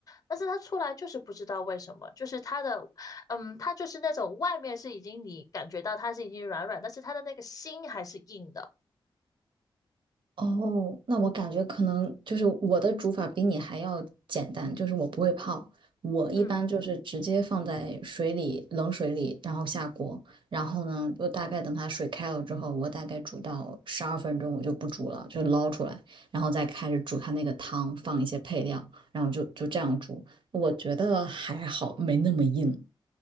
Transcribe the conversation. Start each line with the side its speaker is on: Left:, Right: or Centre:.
Left: 但是它出来就是不知道为什么，就是它的，嗯，它就是那种外面是已经你感觉到它是已经软软，但是它的那个心还是硬的。
Right: 哦，那我感觉可能就是我的煮法比你还要简单，就是我不会泡，我一般就是直接放在水里，
Left: 嗯。
Right: 冷水里，然后下锅，然后呢，就大概等它水开了之后，我大概煮到十二分钟，我就不煮了，就捞出来，然后再开始煮它那个汤，放一些配料，然后就就这样煮，我觉得还好，没那么硬。